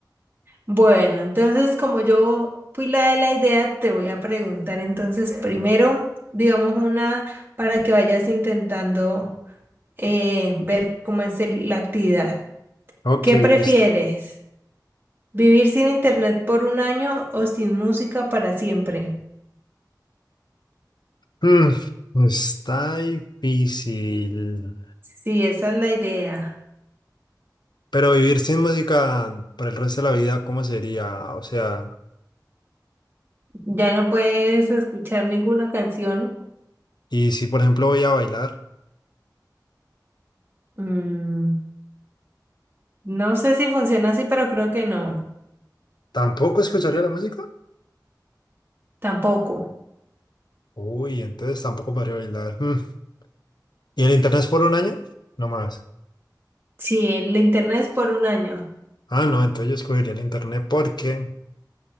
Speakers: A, on the right (about 30°); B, on the left (about 75°).
A: Bueno, entonces como yo fui la de la idea, te voy a preguntar entonces primero, digamos una para que vayas intentando eh, ver cómo es el- la actividad.
B: Ok,
A: ¿Qué prefieres?
B: listo.
A: ¿Vivir sin internet por un año o sin música para siempre?
B: Mm, está difícil.
A: Sí, esa es la idea.
B: Pero vivir sin música para el resto de la vida, ¿cómo sería? O sea,
A: Ya no puedes escuchar ninguna canción.
B: y si por ejemplo voy a bailar,
A: Mm, no sé si funciona así, pero creo que no.
B: ¿tampoco escucharía la música?
A: Tampoco.
B: Uy, entonces tampoco podría bailar. Mm. ¿Y el internet es por un año? No más.
A: Sí, el internet es por un año.
B: Ah, no, entonces yo escogería el internet porque,